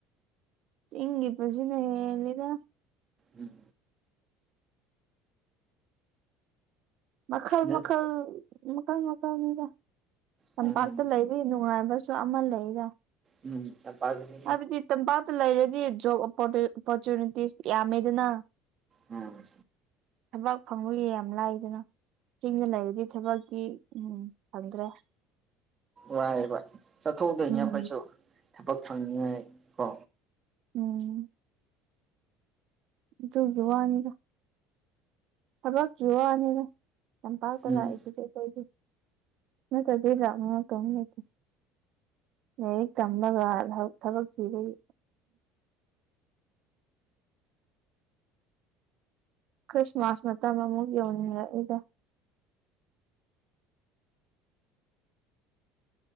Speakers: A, on the right (about 55°); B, on the right (about 30°).
A: ꯆꯤꯡꯒꯤ ꯄꯨꯟꯁꯤꯅ ꯍꯦꯜꯂꯤꯗ
B: ꯎꯝ
A: ꯃꯈꯥꯜ
B: ꯅꯪ
A: ꯃꯈꯥꯜ ꯃꯈꯥꯜ ꯃꯈꯥꯜꯅꯤꯗ ꯇꯝꯄꯥꯛꯇ
B: ꯎꯝ
A: ꯂꯩ ꯅꯨꯡꯉꯥꯏꯕꯁꯨ ꯑꯃ ꯂꯩꯗ
B: ꯎꯝ ꯇꯝꯄꯛꯇꯁꯨ
A: ꯍꯥꯏꯕꯗꯤ ꯇꯝꯄꯥꯛꯇ ꯂꯩꯔꯗꯤ ꯖꯣꯞ ꯑꯣꯄꯣꯔꯆꯨꯅꯤꯇꯤꯁ ꯌꯥꯝꯃꯦꯗꯅ
B: ꯎꯝ
A: ꯊꯕꯥꯛ ꯐꯪꯕꯒꯤ ꯌꯥꯝ ꯂꯥꯏꯗꯅ ꯆꯤꯡꯗ ꯂꯩꯔꯗꯤ ꯊꯕꯛꯇꯤ ꯎꯝ ꯐꯪꯗ꯭ꯔꯦ
B: ꯋꯥꯏꯌꯦꯕ ꯆꯥꯠꯊꯣꯛ ꯇꯣꯏꯅꯦ
A: ꯎꯝ
B: ꯑꯈꯣꯏꯁꯨ ꯊꯕꯛ ꯐꯪꯅꯤꯉꯥꯏ ꯀꯣ
A: ꯎꯝ ꯗꯨꯒꯤ ꯋꯥꯅꯤꯗ ꯊꯕꯛꯀꯤ ꯋꯥꯅꯤꯗ ꯇꯝꯄꯥꯛꯇ
B: ꯎꯝ
A: ꯂꯥꯛꯏꯁꯤꯗꯤ ꯑꯈꯣꯏꯗꯤ ꯅꯠꯇ꯭ꯔꯗꯤ ꯂꯥꯛꯅꯤꯡꯉꯥꯏ ꯀꯩꯝ ꯂꯩꯇꯦ ꯂꯥꯏꯔꯤꯛ ꯇꯝꯃꯒ ꯊꯕꯛ ꯊꯕꯛ ꯊꯤꯕꯒꯤ ꯈ꯭ꯔꯤꯁꯃꯥꯁ ꯃꯇꯝ ꯑꯃꯨꯛ ꯌꯧꯅꯤꯡꯔꯛꯏꯗ